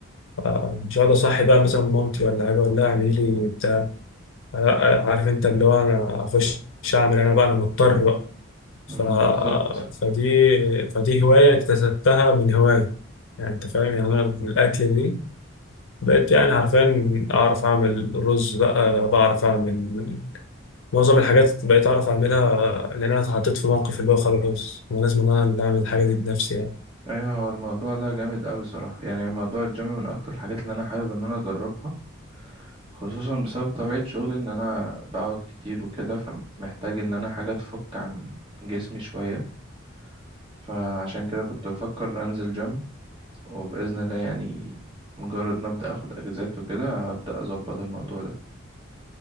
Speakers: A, on the left; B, on the right.
A: آه، مش هقعد اصحي بقى مثلا مامتي ولا حاجه اقول لها اعملي لي لا، عارف انت اللي هو انا اخش اعمل انا بقى انا مضطر بقى
B: مم،
A: ف...
B: بالظبط
A: فدي فدي هواية اكتسبتها من هواية يعني انت فاهم يعني انا الاكل دي بقيت يعني حرفيا اعرف اعمل رز بقى بعرف اعمل معظم الحاجات بقيت اعرف اعملها لان انا اتحطيت في موقف اللي هو خلاص انا لازم انا اللي اعمل الحاجة دي بنفسي يعني
B: ايوه هو الموضوع ده جامد اوي صراحة يعني موضوع الجيم من اكتر الحاجات اللي انا حابب ان انا اجربها خصوصا بسبب طبيعة شغلي ان انا بقعد كتير وكده فمحتاج ان انا حاجة تفك عن جسمي شوية فعشان كده كنت بفكر انزل جيم وبإذن الله يعني مجرد ما ابدأ اخد اجازات وكده هبدأ اظبط الموضوع ده